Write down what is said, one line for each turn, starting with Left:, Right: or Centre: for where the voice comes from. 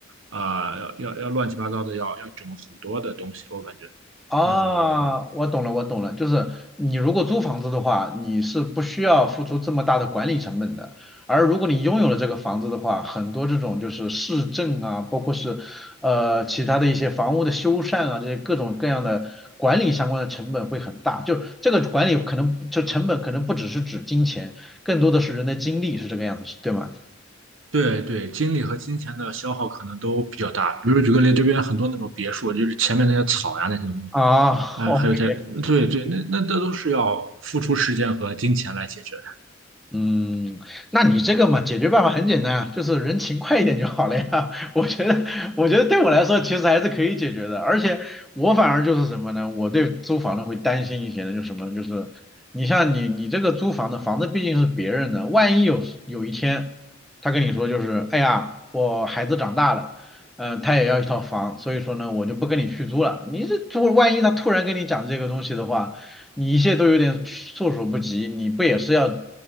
Right: 啊、要要要乱七八糟的，要要整很多的东西，我感觉，
Centre: 啊，
Right: 呃，
Centre: 我懂了，我懂了，就是你如果租房子的话，你是不需要付出这么大的管理成本的，而如果你拥有了这个房子的话，很多这种就是市政啊，包括是呃其他的一些房屋的修缮啊，这些各种各样的管理相关的成本会很大，就这个管理可能就成本可能不只是指金钱，更多的是人的精力，是这个样子，是对吗？
Right: 对对，精力和金钱的消耗可能都比较大。比如举个例，这边很多那种别墅，就是前面那些草呀那些东西，
Centre: 啊，OK，
Right: 哎，还有这，对对，那那这都是要付出时间和金钱来解决。
Centre: 嗯，那你这个嘛，解决办法很简单啊，就是人勤快一点就好了呀。<laughs> 我觉得，我觉得对我来说其实还是可以解决的，而且我反而就是什么呢？我对租房的会担心一些呢，就是什么呢？就是你像你你这个租房的房子毕竟是别人的，万一有时有一天他跟你说就是，哎呀，我孩子长大了，嗯、他也要一套房，所以说呢，我就不跟你续租了。你这如果万一他突然跟你讲这个东西的话，你一切都有点措手不及，你不也是要，